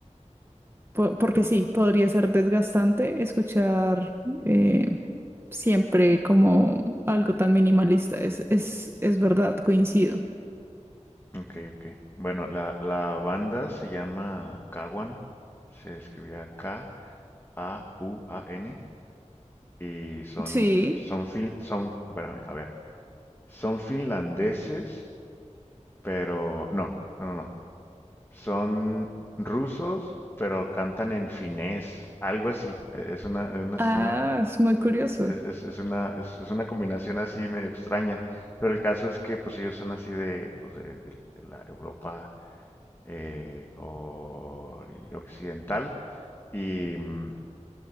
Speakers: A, on the right (about 20°); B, on the left (about 20°).
A: Po- Porque
B: mm,
A: sí, podría ser desgastante escuchar eh, siempre como algo tan minimalista. Es, es, es verdad, coincido.
B: ok, ok. Bueno, la, la banda se llama Kawan, se escribía K-A-U-A-N y son,
A: Sí.
B: f- son, fin, son, espérame, a ver, son finlandeses, pero no, no, no, no, son rusos, pero cantan en finés, algo así, e- es una, es
A: Ah,
B: una
A: es muy
B: Eh,
A: curioso.
B: eh, Es, es- es una, es, es una combinación así medio extraña, pero el caso es que pues ellos son así de, pues, de, de- de la Europa eh, ori- occidental y, mm,